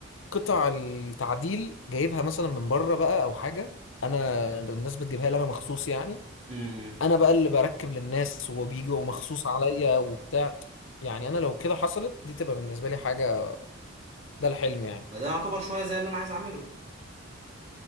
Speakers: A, on the left; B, on the right.
A: قطع التعديل جايبها مثلا من بره بقى أو حاجة أنا الناس بتجيبها لي أنا مخصوص يعني
B: امم
A: أنا بقى اللي بركب للناس وبيجوا مخصوص عليا وبتاع يعني أنا لو كده حصلت دي تبقى بالنسبة لي حاجة ده الحلم يعني
B: ما ده يعتبر شويه زي اللي انا عايز اعمله